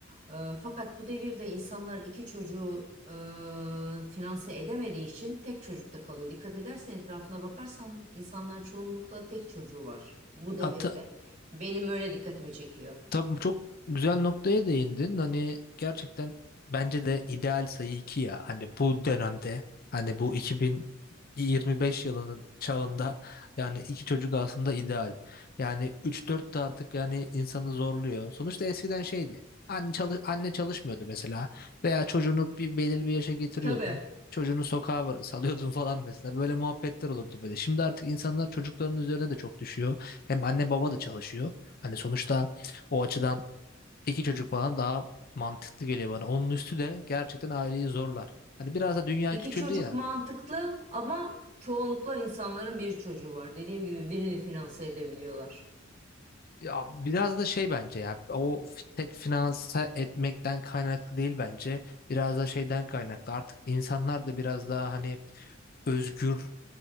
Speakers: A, on the right; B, on the left.
A: E, fakat bu devirde insanlar iki çocuğu e, finanse edemediği için tek çocukta kalıyor. Dikkat edersen etrafına bakarsan insanların çoğunlukla tek çocuğu var bu devirde.
B: Hat
A: Benim öyle dikkatimi çekiyor.
B: Tabii çok güzel noktaya değindin. Hani gerçekten bence de ideal sayı 2 ya. Hani bu dönemde hani bu 2025 yılının çağında yani iki çocuk aslında ideal. Yani üç dört de artık yani insanı zorluyor. Sonuçta eskiden şeydi. Anne, çalış anne çalışmıyordu mesela veya çocuğunu bir belirli bir yaşa getiriyordun.
A: Tabii.
B: Çocuğunu sokağa bıra- salıyordun falan mesela. Böyle muhabbetler olurdu böyle. Şimdi artık insanlar çocukların üzerine de çok düşüyor. Hem anne baba da çalışıyor. Hani sonuçta o açıdan iki çocuk falan daha mantıklı geliyor bana. Onun üstü de gerçekten aileyi zorlar. Hani biraz da dünya
A: İki
B: küçüldü
A: çocuk
B: ya.
A: mantıklı ama çoğunlukla insanların bir çocuğu var. Dediğim gibi birini finanse edebiliyorlar.
B: Ya biraz da şey bence ya o fi- tek finanse etmekten kaynaklı değil bence. Biraz da şeyden kaynaklı. Artık insanlar da biraz daha hani özgür